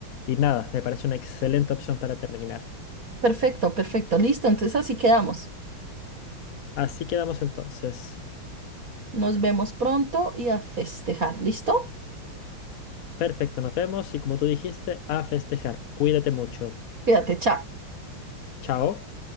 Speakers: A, on the left; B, on the right.
A: Y nada, me parece una excelente opción para terminar.
B: perfecto, perfecto, listo. Entonces así quedamos.
A: Así quedamos entonces.
B: Nos vemos pronto y a festejar. ¿Listo?
A: Perfecto, nos vemos y como tú dijiste, a festejar. Cuídate mucho.
B: Cuídate, chao.
A: Chao.